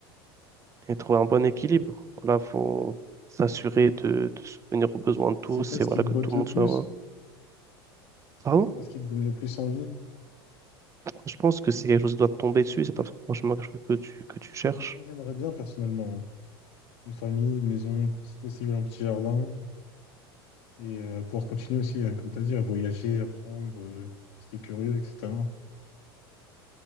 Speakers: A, on the right; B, on the left.
A: et trouver un bon équilibre. Voilà, faut s'assurer de, de subvenir aux besoins de tous
B: C'est pas ce
A: et voilà
B: qui te
A: que
B: botte
A: tout le
B: le
A: monde
B: plus,
A: soit heureux. Pardon?
B: c'est pas ce qui te donne le plus envie.
A: Je pense que c'est quelque chose qui doit te tomber dessus, c'est pas franchement quelque chose que tu, que tu cherches.
B: Moi, j'aimerais bien, personnellement, hein, une famille, une maison, si possible, un petit jardin, et euh, pouvoir continuer aussi, euh, comme tu as dit, à voyager, apprendre, euh, rester curieux, etc.